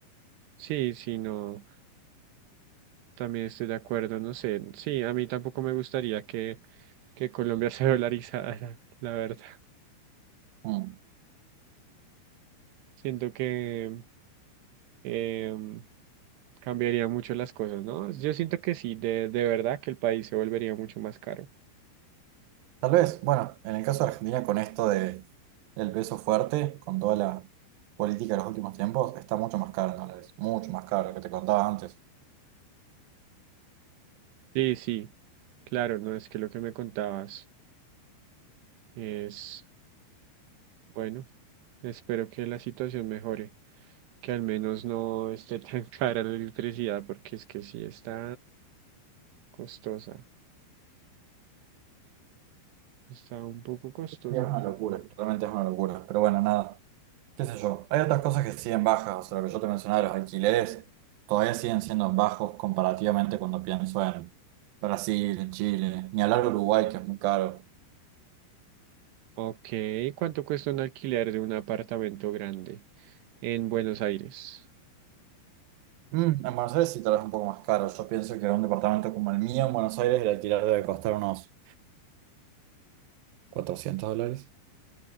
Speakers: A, on the right; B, on the right.
A: Sí, sí, no, también estoy de acuerdo, no sé. Sí, a mí tampoco me gustaría que, que Colombia <laughs> se dolarizara, la verdad.
B: Mm.
A: Siento que em, cambiaría mucho las cosas, ¿no? Yo siento que sí, de, de verdad que el país se volvería mucho más caro.
B: Tal vez, bueno, en el caso de Argentina, con esto de el peso fuerte, con toda la política de los últimos tiempos, está mucho más caro en dólares, mucho más caro, lo que te contaba antes.
A: Sí, sí, claro, no es que lo que me contabas es... Bueno, espero que la situación mejore, que al menos no esté tan <laughs> cara la electricidad, porque es que sí está costosa, está un poco costosa.
B: Sí, es una locura, realmente es una locura. Pero bueno, nada, qué sé yo. Hay otras cosas que siguen bajas, o sea, lo que yo te mencionaba, los alquileres, todavía siguen siendo bajos comparativamente cuando pienso en Brasil, en Chile, ni hablar de Uruguay, que es muy caro.
A: Ok, ¿cuánto cuesta un alquiler de un apartamento grande en Buenos Aires?
B: Mm, en Buenos Aires sí, tal vez un poco más caro. Yo pienso que un departamento como el mío en Buenos Aires el alquiler debe costar unos cuatrocientos dólares.